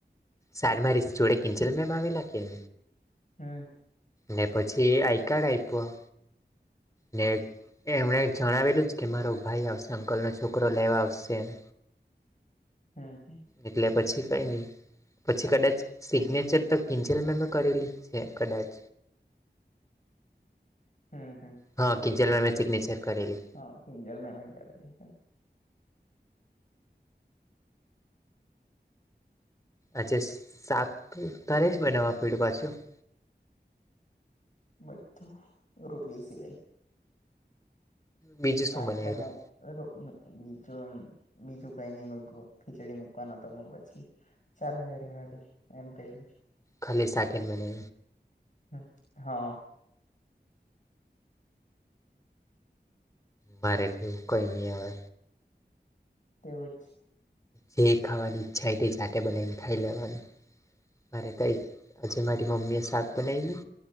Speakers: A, on the left (about 20°); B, on the left (about 45°).
A: સારીમાં રીસ જોડે કિંજલમેમ આવેલા કે?
B: હમ્મ.
A: ને પછી આઈ કાર્ડ આપ્યું. ને એમણે જણાવેલું જ કે મારો ભાઈ અશ અંકલનો છોકરો લેવા આવશે એમ.
B: હમ હમ
A: એટલે પછી કંઈ નહી. પછી કદાચ સિગ્નેચર તો કિંજલમેમે એ કરેલી છે કદાચ.
B: હમ હમ
A: હહ કિંજલમેમે સિગ્નેચર કરેલી.
B: હા કિંજલમેમે કરેલી છે.
A: આચેસ સાત તી તારિસ મહિનામાં પઈડુ પાછું?
B: બધું, રોટલી સિવાય.
A: બીજું
B: શાક
A: શું બનાવ્યું
B: બનાઈ. <unintelligible> બીજું બીજું કઈ નઈ મગું ખીચડી મુકવાનો હતો પણ પછી ચાલ હવે રેહવા દે એમ કૈદુ.
A: ખાલી સાકેટ બનાવુ.
B: હમ્મ હા.
A: મારે તો એવું કઈ ની આવે.
B: તેવું જ.
A: જે ખાવાની ઈચ્છા તે સાતે બનાઈ ન ખાઈ લેવાનું. મારે તો આજે મારી મમ્મી એ શાક બનાઈલું.